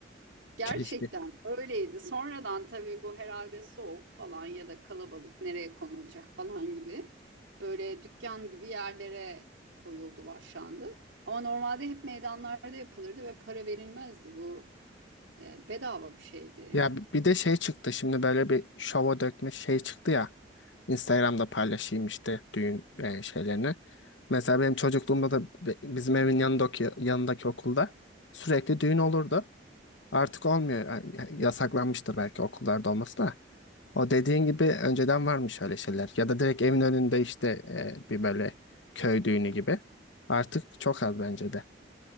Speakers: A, on the right; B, on the left.
A: Gerçekten
B: Keşke.
A: öyleydi. Sonradan tabii bu herhalde soğuk falan ya da kalabalık nereye konulacak falan gibi böyle dükkan gibi yerlere koyuldu, başlandı. Ama normalde hep meydanlarda yapılırdı ve para verilmezdi bu. E, bedava bir şeydi.
B: Ya bi- bir de şey çıktı şimdi böyle bir şova dökme şey çıktı ya. Instagram'da paylaşayım işte düğün e, şeylerini. Mesela benim çocukluğumda da bi- bizim evin yanındaki, yanındaki okulda sürekli düğün olurdu. Artık olmuyor. Yani Yasaklanmıştır belki okullarda olması da. O dediğin gibi önceden varmış öyle şeyler. Ya da direkt evin önünde işte e, bir böyle köy düğünü gibi. Artık çok az bence de.